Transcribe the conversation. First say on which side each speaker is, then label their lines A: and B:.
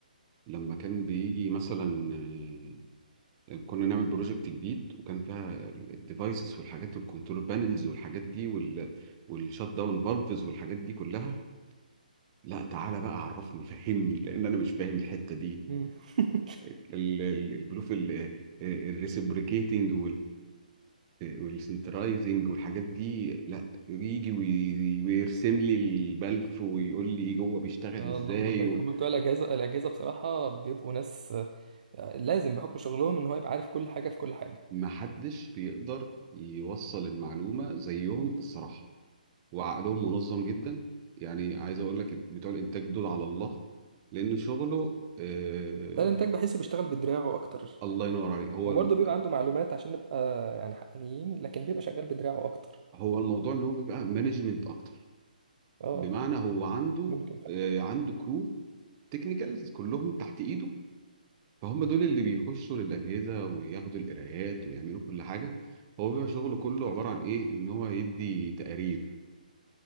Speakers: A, on the right; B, on the right.
A: لما كان بيجي مثلا آه، كنا نعمل بروجكت جديد وكان فيها الديفايسز والحاجات والكنترول بانلز والحاجات دي وال والشات داون فالفز والحاجات دي كلها لا تعالى بقى عرفني فهمني لان انا مش فاهم الحته دي
B: مم. <laughs>
A: ال- ال- البلوف الريسبريكيتنج والسنترايزنج والحاجات دي لا يجي وي- ويرسم لي البلف ويقول لي ايه جوه بيشتغل
B: آه،
A: ازاي
B: اللهم بارك
A: و-
B: هم بتوع الاجهزه الاجهزه بصراحه بيبقوا ناس لازم بحكم شغلهم ان هو يبقى عارف كل حاجه في كل حاجه
A: محدش بيقدر يوصل المعلومه زيهم الصراحه وعقلهم منظم جدا يعني عايز اقول لك بتوع الانتاج دول على الله لان شغله آه
B: ده الانتاج بحسه بيشتغل بدراعه اكتر
A: الله
B: يعني
A: ينور عليك هو
B: هو
A: الم-
B: برضه بيبقى عنده معلومات عشان نبقى يعني حقانيين لكن بيبقى شغال بدراعه اكتر
A: هو الموضوع ان هو بيبقى مانجمنت اكتر
B: اه
A: بمعنى هو عنده
B: ممكن فعلا
A: آه عنده كرو تكنيكالز كلهم تحت ايده فهم دول اللي بيخشوا للاجهزه وياخدوا القرايات ويعملوا كل حاجه هو بيبقى شغله كله عباره عن ايه ان هو يدي تقارير